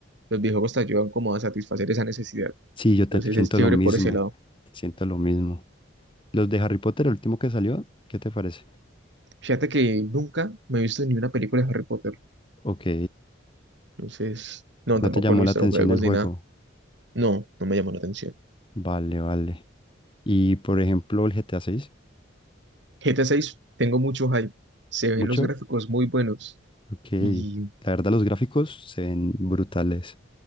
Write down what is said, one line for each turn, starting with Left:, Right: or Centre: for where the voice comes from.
Right: los videojuegos te ayudan como a satisfacer esa necesidad.
Left: Sí, yo te-
Right: Entonces
Left: siento
Right: es chévere
Left: lo mismo.
Right: por ese lado.
Left: Siento lo mismo. Los de Harry Potter, el último que salió, ¿qué te parece?
Right: Fíjate que nunca me he visto ni una película de Harry Potter.
Left: Ok.
Right: Entonces, no,
Left: ¿No
Right: tampoco
Left: te llamó
Right: no he
Left: la
Right: visto
Left: atención
Right: los juegos
Left: el
Right: ni
Left: juego?
Right: nada. No, no me llamó la atención.
Left: Vale, vale. Y por ejemplo, el GTA 6,
Right: GTA 6, tengo mucho hype. Se ven
Left: ¿mucho?
Right: los gráficos muy buenos.
Left: Ok.
Right: Y
Left: La verdad, los gráficos se ven brutales.